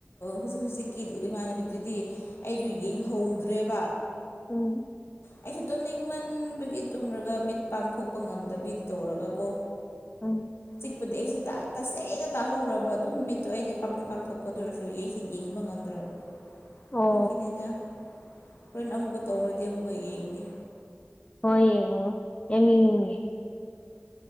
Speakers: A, on the left (about 65°); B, on the left (about 25°).
A: ꯍꯧꯖꯤꯛ ꯍꯧꯖꯤꯛꯀꯤ ꯏꯃꯥꯟꯅꯕꯤꯗꯨꯗꯤ ꯑꯩꯗꯨ ꯌꯦꯡꯍꯧꯗ꯭ꯔꯦꯕ
B: ꯎꯝ
A: ꯑꯩꯁꯨ ꯇꯨꯝꯅꯤꯡꯃꯟꯕꯒꯤ ꯇꯨꯝꯔꯒ ꯃꯤꯠ ꯄꯥꯡꯊꯣꯛꯄ ꯉꯝꯗꯕꯤꯗꯨ ꯇꯧꯔꯒꯀꯣ
B: ꯑ
A: ꯃꯤꯠꯄꯗꯤ ꯑꯩꯁꯦ ꯇꯁꯦꯡꯅ ꯇꯥꯍꯧꯔꯕ ꯑꯗꯨꯝ ꯃꯤꯠ ꯑꯗꯣ ꯑꯩꯗꯤ ꯄꯁ ꯄꯥꯡꯊꯣꯛꯄꯗꯨꯔꯁꯨ ꯌꯁꯦ ꯌꯦꯡꯕ ꯉꯝꯗ꯭ꯔꯕ
B: ꯑꯣ
A: ꯑꯗꯨꯒꯤꯅꯤꯗ ꯍꯣꯔꯦꯟ ꯑꯃꯨꯛꯀ ꯇꯧꯔꯗꯤ ꯑꯃꯨꯛꯀ ꯌꯦꯡꯒꯦ
B: ꯍꯣꯏ ꯑꯃꯤ ꯏ